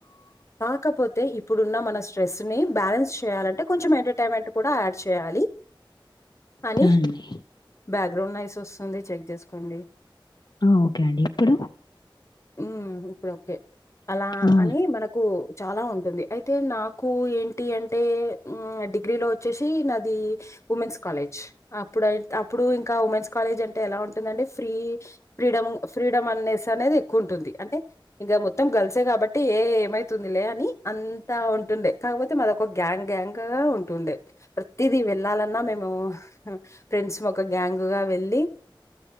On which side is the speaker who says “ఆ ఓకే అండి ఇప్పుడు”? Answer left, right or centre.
Left